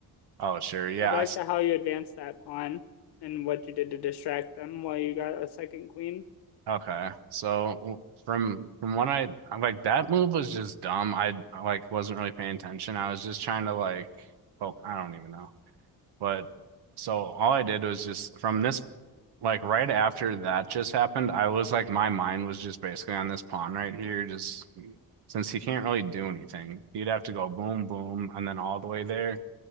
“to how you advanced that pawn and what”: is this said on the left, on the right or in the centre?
Left